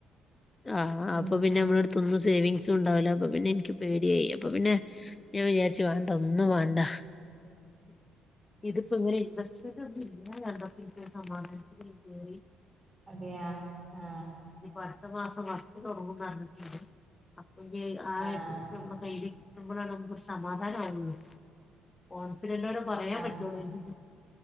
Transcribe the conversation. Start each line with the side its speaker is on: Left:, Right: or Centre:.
Left: ആഹ
Right: ഉം
Left: അപ്പൊ പിന്നെ അ മ്മളെ അടുത്തൊന്നും സേവിങ് സും ഉണ്ടാവൂല അപ്പൊ പിന്നെ എൻ ക്ക് പേടിയായ്. അപ്പൊ പിന്നെ ഞാൻ വിചാരിച്ചു വാ ണ്ടാ ഒന്നും വാ ണ്ടാ ഇത്പ്പം ഇങ്ങനെ <unintelligible> <unintelligible>
Right: അതെയാ ആ
Left: ഇപ്പോ അടുത്ത മാസം വർക്ക് തുടങ്ങുന്നർ ഞ്ഞി ട്ടു ണ്ട്
Right: ആഹ്
Left: <unintelligible> കിട്ടുമ്പോളാണ് നമുക്കൊരു സമാധാന ആവുള്ളൂ <unintelligible> പറയാൻ
Right: ആഹ്
Left: പറ്റോ ന്നോയിച്ചു